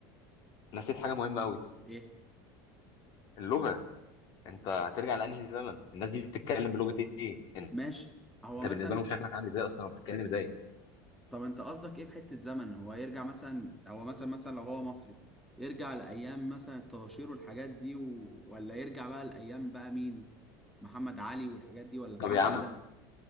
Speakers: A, on the left; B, in the centre.
A: نسيت حاجه مهمه قوي
B: ايه
A: اللغه انت هترجع لانهي زمن الناس دي بتتكلم بلغه ايه انت
B: ماشي هو مثلا
A: بالنسبه لهم شكلك عامل ازاي اصلا وبتتكلم ازاي
B: طب انت قصدك ايه بحتة زمن هو يرجع مثلا هو مثلا مثلا لو هو مصري يرجع لايام مثلا الطباشير والحاجات دي و... ولا يرجع بقى لايام بقى مين محمد علي والحاجات دي ولا
A: طب
B: حاجات
A: يا عم
B: اقدم